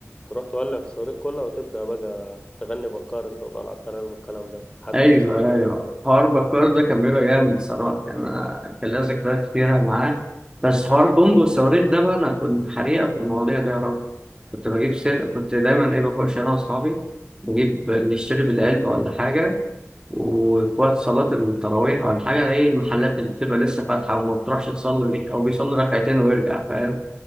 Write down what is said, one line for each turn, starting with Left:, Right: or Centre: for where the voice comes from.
Left: تروح تولع في الصواريخ كلها وتبدأ بقى تغني بكار انت وطالع على السلام والكلام ده لحد
Right: ايوه
Left: ما توصل البيت
Right: ايوه حوار بكار ده كان بيبقى جامد صراحه كان أنا كان ليا ذكريات كتيره معاه بس حوار بومب وصواريخ ده بقى انا كنت حريقه في المواضيع دي يا رب كنت بجيب سل... كنت دايما ايه بخش انا واصحابي بجيب نشتري بالقلب ولا حاجه وفي وقت صلاه التراويح ولا حاجه ايه المحلات اللي بتبقى لسه فاتحه وما بتروحش تصلي دي او بيصلي ركعتين ويرجع فاهم